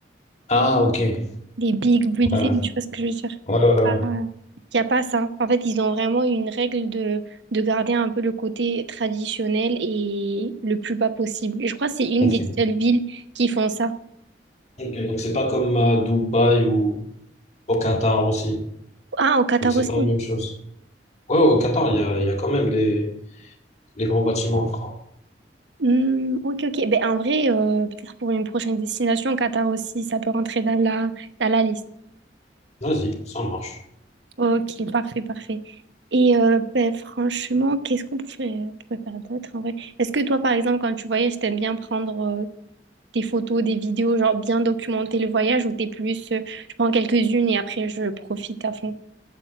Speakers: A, on the left (about 40°); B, on the right (about 85°).
A: Ah, ok. Ouais,
B: des big buildings,
A: ouais,
B: tu vois ce que je veux dire?
A: ouais. ouais, ouais.
B: Il n'y a pas ça. En fait, ils ont vraiment une règle de, de garder un peu le côté traditionnel et le plus bas possible. Et je crois que c'est une
A: Ok.
B: des seules villes qui font ça.
A: Ok, donc c'est pas comme à Dubaï ou Au Qatar aussi.
B: Ah, au Qatar
A: Donc c'est
B: aussi.
A: pas la même chose. Ouais, au Qatar, il y a, il y a quand même des, des grands bâtiments. à faire.
B: Hmm, ok, ok. Ben, en vrai, euh, peut-être pour une prochaine destination, Qatar aussi, ça peut rentrer dans la, dans la liste.
A: Vas-y, ça marche.
B: Ok, parfait, parfait. Et euh, ben, franchement, qu'est-ce qu'on pourrait, euh, pourrait faire d'autre en vrai? Est-ce que toi, par exemple, quand tu voyages, t'aimes bien prendre euh, des photos, des vidéos, genre bien documenter le voyage ou t'es plus, euh, je prends quelques-unes et après je profite à fond?